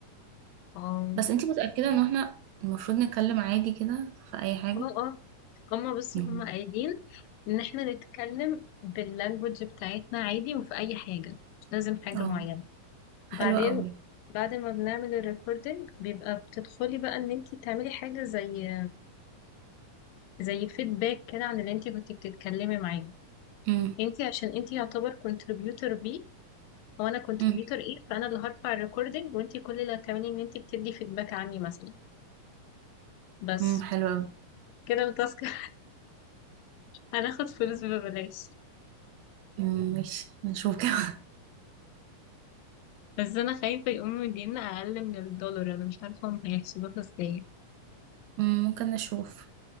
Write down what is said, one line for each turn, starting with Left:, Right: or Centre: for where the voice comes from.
Left: اه
Right: بس انتي متاكده ان احنا المفروض نتكلم عادي كده في اي حاجه
Left: اه اه هما بس
Right: مم.
Left: هما قايلين ان احنا نتكلم باللانجوج بتاعتنا عادي وفي اي حاجة مش لازم حاجة
Right: اه
Left: معينة بعدين
Right: حلو قوي
Left: بعد ما بنعمل الريكوردنج بيبقى بتدخلي بقى ان انت تعملي حاجة زي زي فيدباك كده عن اللي انت كنت بتتكلمي معاه
Right: مم.
Left: انت عشان انت يعتبر كونتريبيوتور بي وانا كونتريبيوتور
Right: مم.
Left: ايه فانا اللي هرفع الريكوردنج وانت كل اللي هتعملي ان انت بتدي فيدباك عني مثلا بس
Right: مم. حلو قوي
Left: كده التاسك <laughs> هناخد فلوس ببلاش
Right: مم. ماشي نشوف كده
Left: بس انا خايفة يقوموا يدينا اقل من الدولار انا مش عارفة هم هيحسبوها ازاي
Right: <laughs> مم. ممكن نشوف